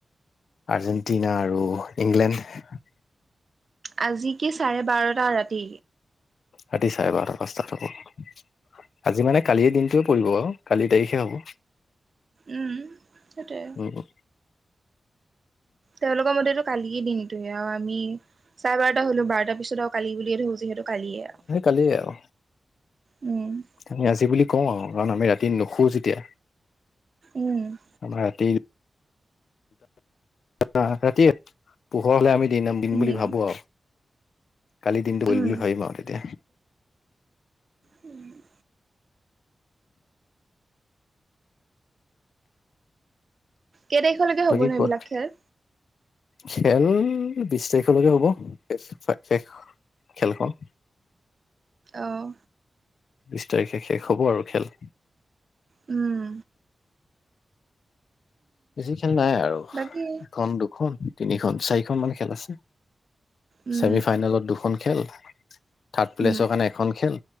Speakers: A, on the left; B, on the right.
A: আৰ্জেণ্টিনা আৰু ইংলেণ্ড।
B: আজি কি, চাৰে বাৰটা ৰাতি।
A: ৰাতি চাৰে বাৰটা, পাঁচটাত হ'ব, আজি মানে কালিৰ দিনটোৱে পৰিব। কালি তাৰিখে হ'ব।
B: উম' সেইটোৱে।
A: উম'
B: তেওঁলোকৰ মতেতো কালিৰ দিনটোৱে, অ, আমি চাৰে বাৰটা হলোঁ, বাৰটাৰ পিছত আৰু কালি বুলিয়ে ধৰো, যিহেতু কালিয়ে আও।
A: কালি আও
B: উম'
A: আমি আজি বুলি কওঁ আৰু, কাৰণ আমি ৰাতি নুশুও যেতিয়া।
B: উম'
A: আমাৰ ৰাতি পুৱা, ৰাতিয়ে, পোহৰ হ'লে আমি দিন
B: উম
A: বুলি ভাবো আও। কালিৰ দিনটো গ'ল
B: উম
A: বুলি ভাবিম আও তেতিয়া।
B: উম' কেই তাৰিখলৈকে
A: বাকী
B: হ'ব ন,
A: কোৱা
B: এইবিলাক খেল?
A: খেল, বিশ তাৰিখলৈকে হ'ব। শেষ-শেষ খেলখন।
B: অহ
A: বিশ তাৰিখে শেষ হ'ব আৰু খেল।
B: উম
A: বেছি খেল নাই আৰু
B: বাকী
A: এখন, দুখন, তিনিখন, চাৰিখন মান খেল আছে।
B: উম
A: ছেমি ফাইনেলত দুখন খেল। থাৰ্ড প্লেছৰ
B: উম
A: কাৰণে এখন খেল।